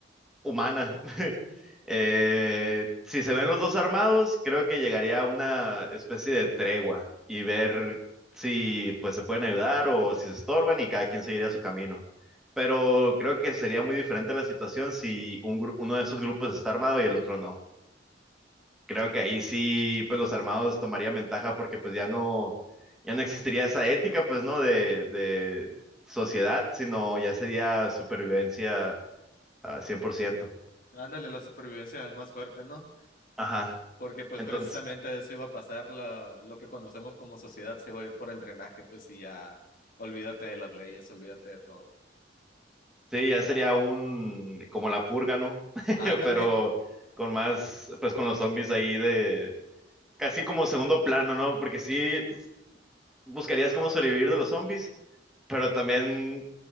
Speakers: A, in the centre; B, on the left (about 50°).
A: humana. Eh, si se ven los dos armados, creo que llegaría a una especie de tregua y ver si pues se pueden ayudar o si se estorban y cada quien seguiría su camino. Pero creo que sería muy diferente la situación si un gru- uno de esos grupos está armado y el otro no. Creo que ahí sí, pues los armados tomarían ventaja porque pues ya no, ya no existiría esa ética, pues, ¿no? De, de sociedad, sino ya sería supervivencia a 100%.
B: Ándale, la supervivencia del más fuerte, ¿no?
A: Ajá.
B: Porque pues
A: Entonces,
B: precisamente eso iba a pasar, la, lo que conocemos como sociedad se va a ir por el drenaje, pues y ya olvídate de las leyes, olvídate de todo.
A: Sí, ya sería un, como la purga, ¿no? <laughs>
B: Ándale,
A: Pero con más, pues con los zombies ahí de, casi como segundo plano, ¿no? Porque sí buscarías cómo sobrevivir de los zombies, pero también